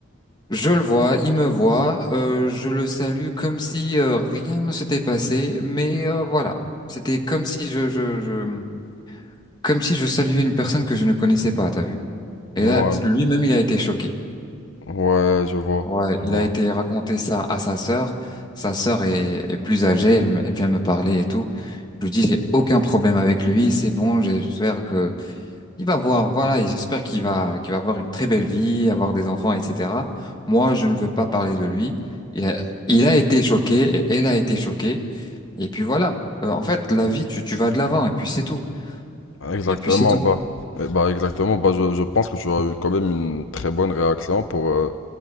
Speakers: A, on the left; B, on the left.
A: Je le vois, il me voit. euh, je le salue comme si euh, rien ne s'était passé. Mais euh, voilà, c'était comme si je, je, je, comme si je saluais une personne que je ne connaissais pas. T'as vu?
B: Moi,
A: Et là, lui-même, il a été choqué.
B: ouais, ouais, je vois.
A: Ouais,
B: Je
A: il
B: vois.
A: a été raconter ça à sa sœur. Sa sœur est, est plus âgée. Elle, me- elle vient me parler et tout. Je lui dis, j'ai aucun problème avec lui. C'est bon. J'espère que Il va voir, voilà, et j'espère qu'il va, qu'il va avoir une très belle vie, avoir des enfants, etc. Moi, je ne veux pas parler de lui. Il a, il a été choqué, et elle a été choquée, et puis voilà. Euh, en fait, la vie, tu, tu vas de l'avant, et puis c'est tout.
B: Exactement,
A: Et puis c'est tout.
B: bah, Eh bah exactement, bah, je, je pense que tu as eu quand même une très bonne réaction pour, euh,